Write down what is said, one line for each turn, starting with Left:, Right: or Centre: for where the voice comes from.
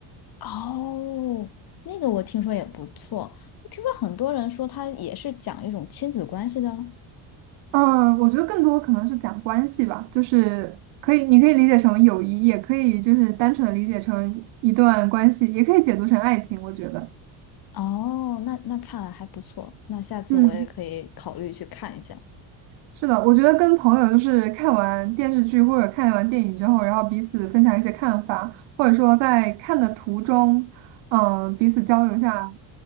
Left: 哦，那个我听说也不错，我听说很多人说它也是讲一种亲子关系的哦。
Right: 嗯，我觉得更多可能是讲关系吧，就是可以，你可以理解成友谊，也可以就是单纯的理解成一段关系，也可以解读成爱情，我觉得。
Left: 哦，那那看来还不错，那下次我也可以考虑去看一下。
Right: 嗯。是的，我觉得跟朋友就是看完电视剧或者看完电影之后，然后彼此分享一些看法，或者说在看的途中，嗯、彼此交流一下